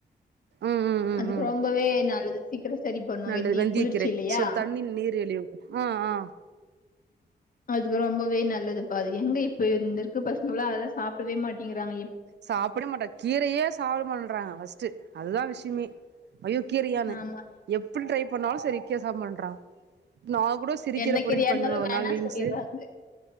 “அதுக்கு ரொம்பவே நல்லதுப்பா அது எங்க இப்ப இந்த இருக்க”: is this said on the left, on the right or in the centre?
Left